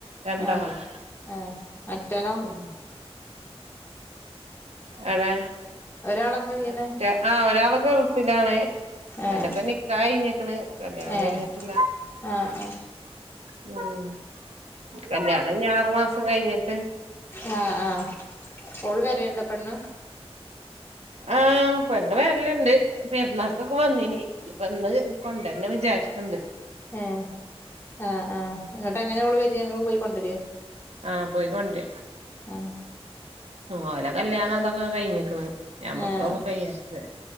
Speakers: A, on the right; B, on the left.
A: രണ്ടാണും
B: ആഹ് ഏഹ് മറ്റോനോ
A: മ്മ് ഏടെ
B: ഒരാളെന്താ ചെയ്യണ്
A: മറ്റെ ആഹ് ഒരാള് ഗൾഫിലാണ്
B: ഏഹ്
A: ഓൻ്റെ ഇപ്പം നിക്കാഹ് കഴിഞ്ഞക്കണ് കല്യാണം
B: ഏഹ്
A: കഴിഞ്ഞിട്ടില്ല
B: ആഹ് ആഹ്
A: മ്മ് കല്യാണം ഇനി ആറു മാസം കഴിഞ്ഞിട്ട്
B: ആ ആ ഓൾ വെരെണ്ടോ പെണ്ണ്
A: ആ പെണ്ണ് വെര്ൽ ഇണ്ട് പെരുന്നാക്കൊക്കെ വന്നീനി ഇഞ് ഇപ്പ ഇന്ന് കൊണ്ടര്ണം വിചാരിക്ക്ണ്ട് ഇണ്ട്
B: ഏ ആ ആ ഇങ്ങട്ട് എങ്ങനെ ഓൾ വെരാ ഇങ്ങൾ പോയി കൊണ്ടരെ
A: ആ പോയിക്കോണ്ട്യ
B: ആഹ്
A: ഓല കല്യാണം അതൊക്കെ കഴിഞ്ഞിക്ക്ണ് ഞമ്മൾ
B: ആഹ്
A: തൊള്ളു കയ്യാത്തത്